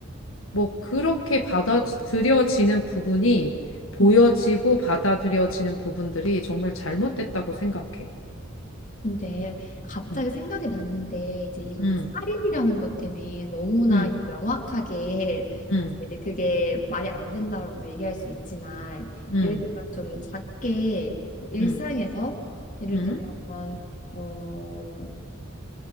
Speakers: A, on the left; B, on the left.
A: 뭐 그렇게 받아들여지는 부분이 보여지고
B: 음.
A: 받아들여지는 부분들이 정말 잘못됐다고 생각해.
B: 근데 갑자기
A: 음,
B: 생각이 났는데 이제 이건
A: 음,
B: 살인이라는 것 때문에 너무나
A: 음.
B: 명확하게
A: 응
B: 이제 그게 말이 안 된다라고 얘기할 수 있지만
A: 응
B: 예를 들면 좀 작게 뭐 일상에서
A: 응
B: 예를
A: 응
B: 들면 어